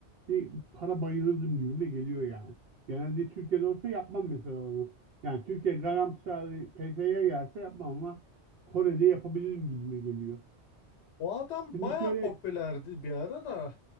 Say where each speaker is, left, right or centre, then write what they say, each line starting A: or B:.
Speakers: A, on the right; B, on the left.
A: bir para bayılırdım gibime geliyor yani. Genelde Türkiye'de olsa yapmam mesela onu. Yani Türkiye Gangnam Style'ı PT'ye gelse yapmam ama Kore'de yapabilirim gibime geliyor.
B: O adam
A: Senin
B: baya
A: hiç öyle
B: popülerdi bir ara da.